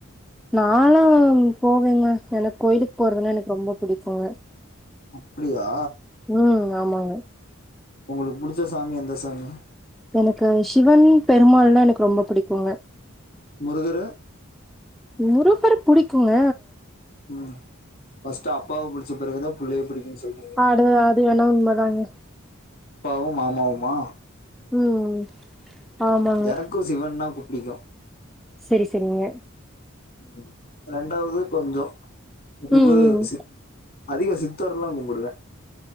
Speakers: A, in the centre; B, on the left.
A: நாலா போவேங்க எனக் கோயிலுக் போறதுன்னா எனக் ரொம்ப புடிக்குங்க.
B: அப்டியா
A: ம் ஆமாங்க
B: உங்களுக்கு புடிச்ச சாமி எந்த சாமி
A: எனக்கு சிவன் பெருமாள்லா எனக்கு ரொம்ப புடிக்குங்க
B: முருகரு
A: முருகர் புடிக்குங்க
B: ம் ஃபஸ்ட்டு அப்பாவ புடிச்ச பிறகுதா புள்ளைய புடிக்குன் சொல்
A: ஆடு அ அது வேனா உண்ம தாங்க
B: அப்பாவும் மாமாவுமா
A: ம் ஆமாங்க
B: எனக்கு சிவன்னா புடிக்கும்
A: செரி செரிங்க
B: ம் ரெண்டாவது கொஞ்சோ
A: ம்
B: முருகர்
A: ம்
B: சி அதிக சித்தர்ல்லா கும்புடுவேன்